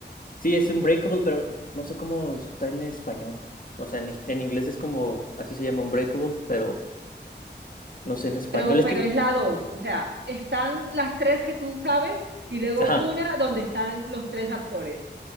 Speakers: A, on the left; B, on the right.
A: Sí, es Unbreakable, pero no sé cómo está en español. O sea, en, is- en inglés es como, así se llama Unbreakable, pero no sé en español.
B: pero, pero
A: Es que,
B: es la dos, o sea, están las tres que tú sabes y luego
A: ajá,
B: una donde están los tres actores.